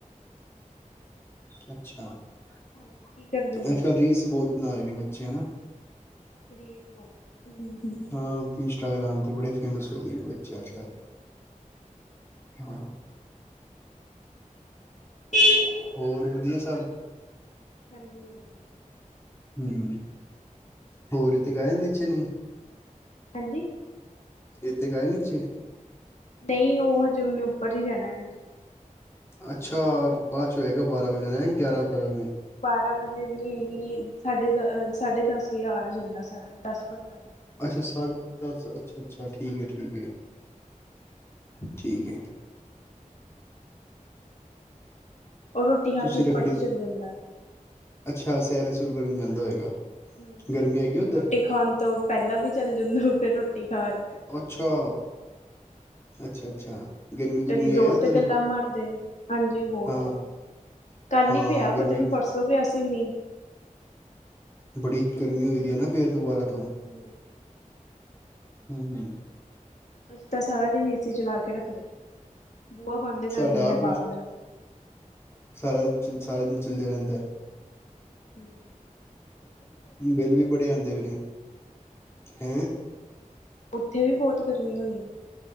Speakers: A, on the left (about 20°); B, on the left (about 60°).
A: ਅੱਛਾ ਅੱਜ-
B: ਹੋਰ ਕੀ ਕਰਦੇ ਪਏ
A: ਕੱਲ ਰੀਲਸ ਬਹੁਤ ਬਣਾ ਰਹੇ ਨੇ ਬੱਚੇ ਹਨਾ।
B: ਰੀਲ ਬੋਤ ਹੂੰ ਹੂੰ।
A: ਹਾ ਇੰਸਟਾਗ੍ਰਾਮ ਤੇ ਬੜੇ ਫੇਮਸ ਗਏ ਨੇ ਬੱਚੇ ਅੱਜ- ਕੱਲ੍ਹ ਹਾ।
B: <inaudible>
A: ਹੋਰ ਵਧੀਆ ਸਾਰੇ?
B: ਹਾਂਜੀ ਹਾਂਜੀ।
A: ਹੂੰ, ਹੋਰ ਰੀਤੀਕ ਆਇਆ ਨੀਚੇ ਨੀ?
B: ਹੈਜੀ
A: ਏਥੇ ਗਏ ਨੀਚੇ।
B: ਨਈ ਓ ਹਜੇ ਓਨੇ ਉੱਪਰ ਈ ਰੈਣਾ ਐ।
A: ਅੱਛਾ ਬਾਦ 'ਚੋ ਆਏਗਾ
B: ਔਰ
A: ਬਾਰਾਂ ਵਜੇ ਐ ਗਿਆਰਾਂ ਬਾਰਾਂ ਵੇ
B: ਬਾਰਾਂ ਵਜੇ ਨਈ ਨੀ ਸਾਡੇ ਦ ਸਾਢੇ ਦਸ ਵਜੇ ਆ ਜਾਂਦਾ ਸਾ ਦਸ ਪੰਤਾਲੀ ਨੂੰ
A: ਅੱਛਾ ਸਾ ਸਾਢੇ ਦਸ ਅੱਛਾ- ਅੱਛਾ ਠੀਕ ਠੀਕ ਏ। ਠੀਕ ਏ।
B: ਔਰ ਰੋਟੀ ਖਾ
A: ਤੁਸੀਂ
B: ਕੇ ਉੱਪਰ
A: ਰਖੜੀ
B: ਹੀ ਚੱਲ ਜਾਂਦਾ
A: ਅੱਛਾ ਸੈਰ ਸੁਰ ਕਰਨ ਜਾਂਦਾ ਹੋਏਗਾ।
B: ਹੂੰ--ਰੋਟੀ
A: ਗਰਮੀ ਹੈਗੀ ਉੱਧਰ
B: ਖਾਣ ਤੋਂ ਪੇਲਾਂ ਵੀ ਚੱਲ ਜਾਂਦਾ ਫੇਰ ਰੋਟੀ ਖਾਣ
A: ਅੱਛਾ, ਅੱਛਾ- ਅੱਛਾ। ਗਰਮੀ ਗੁਰਮੀ
B: ਕਦੀ
A: ਹੈ
B: ਦੋਸਤ
A: ਇੱਧਰ
B: ਗੱਲਾਂ ਮਾਰਦੇ, ਹਾਂਜੀ ਬੋਤ
A: ਹਾਂ
B: ਕੱਲ
A: ਹਾਂ
B: ਈ ਪੇਆ
A: ਗਰਮੀ
B: ਪਤਾ ਨੀ ਪਰਸੋਂ ਪੇਆ ਸੀ ਮੀਂਹ
A: ਬੜੀ ਗਰਮੀ ਹੋਈ ਦੀ ਹੈ ਨਾ ਫੇ ਦੁਬਾਰਾ ਤੋਂ
B: ਹੂੰ
A: ਹੂੰ -ਹੂੰ
B: ਅਸੀਂ ਤਾਂ ਸਾਰਾ ਦਿਨ ਏਸੀ ਚਲਾ ਕੇ ਰੱਖਦੇ, ਬੂਆ ਬੰਦ
A: ਸਾਡਾ
B: ਕਰ ਦਿੰਨੇ
A: ਆਪ
B: ਬਾਰਲਾ।
A: ਸਾਰਾ ਦਿਨ, ਸਾਰਾ ਦਿਨ ਚੱਲੇਆ ਰੇਂਦਾ।
B: ਹੂੰ
A: ਬਿੱਲ ਵੀ ਬੜੇ ਆਂਦੇ ਹੋਣੇ ਆ, ਹੈ?
B: ਓੱਥੇ ਵੀ ਬੋਤ ਗਰਮੀ ਹੋਣੀ?